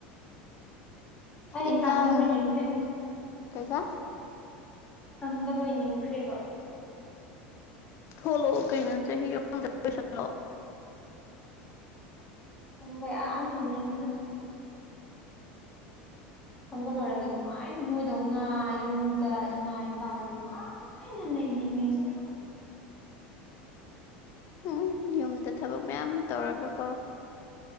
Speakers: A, on the left; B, on the left.
A: ꯑꯩ
B: ꯏꯟꯖꯥꯡ
A: ꯇꯝꯕ ꯂꯣꯏ ꯅꯤꯡꯁꯨ
B: ꯀꯩꯕ
A: ꯇꯝꯕ ꯂꯣꯏꯅꯤꯡꯈ꯭ꯔꯦꯕ
B: ꯣꯂꯣ ꯀꯩꯅꯅ ꯆ ꯍ ꯂ
A: <unintelligible> ꯈꯝꯕ ꯂꯣꯏꯔꯒ ꯅꯨꯡꯉꯥꯏꯅ ꯅꯣꯏꯗꯧꯅ ꯌꯨꯝꯗ ꯏꯃꯥ ꯏꯄꯥꯒ ꯅꯨꯡꯉꯥꯏꯅ ꯌꯁ
B: ꯎꯝ ꯌꯨꯝꯗ ꯊꯕꯛ ꯃꯌꯥꯝ ꯑꯃ ꯇꯧꯔꯒꯀꯣ